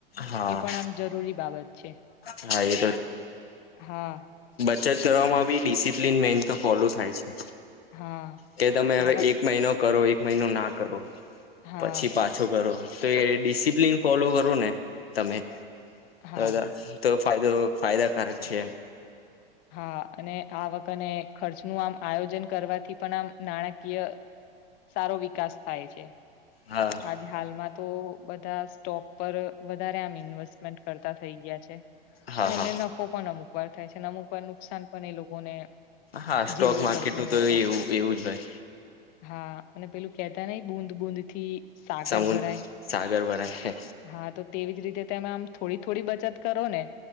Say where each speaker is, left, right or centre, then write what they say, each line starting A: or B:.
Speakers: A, on the left; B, on the left.
A: હા
B: એ પણ આમ જરૂરી બાબત છે
A: હા એ
B: હા.
A: ચચરાવો મા બી ડિસિપ્લિન મેઇન તો ફોલો થાય છે.
B: હા
A: કે તમે હવે
B: આવક
A: એક મહિનો કરો એક મહિનો ના કરો.
B: હા
A: પછી પાછો કરો તો એ ડિસિપ્લિન ફોલો કરો ને તમે.
B: હા
A: દા તો ફાયદો ફાયદાકારક છે એમ.
B: હા અને આવક ને ખર્ચનું આમ આયોજન કરવાથી પણ આમ નાણાકીય સારો વિકાસ થાય છે.
A: હા
B: આજ હાલમાં તો બધા સ્ટોપ પર વધારે આમ ઇનવશ મેન્ટ કરતાં થઈ ગયા છે
A: હા
B: અને
A: હા
B: મેન લોકો અમુકવાર થાય છે. અમુકવાર નુકસાન પણ એ લોકોને
A: હા સ્ટોક
B: ઝીલવું
A: માર્કેટનું
B: પડતું હોય
A: તો
B: છે.
A: એવું એવું જ હોય
B: હા અને પેલું કેતા નહિ બુંદ બુંદ થી. સાગર
A: સમુદ્ર
B: ભરાય
A: સાગર ભરાય
B: હા તો તે. રીતે તેમ આમ થોડી થોડી બચત કરો ને